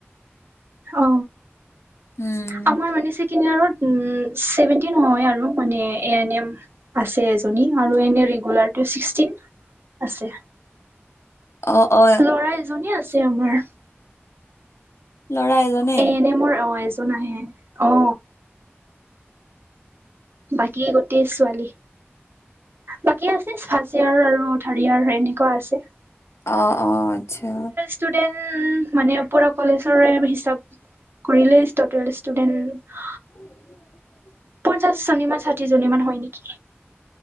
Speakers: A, on the right; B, on the left.
A: অ
B: উম
A: আমাৰ মান ছেকেণ্ড ইয়াৰত উম ছেভেনটিন হয় আৰু মানে এ এন এম আছে এজনী আৰু এনে ৰেগুলাৰ টো চিক্সটিন আছে
B: অ অ
A: লৰা এজনী আছে আমাৰ
B: ল'ৰা এজনে
A: এ এন এমৰ অ এজন আহে অ বাকী গোটেই ছোৱালী বাকী আছে চাষ্ট ইয়াৰৰ আৰু ঠাৰিয়াৰ এনেকুৱা আছে
B: অ অ আচ্ছা
A: ষ্টুডেণ্ট মানে পুৰা কলেজৰে হিচাপ কৰিলে ষ্টুটেল ষ্টুডেণ্ট
B: <unintelligible>
A: পঞ্চাশজনীমান, ষাঠিজনীমান হয় নেকি।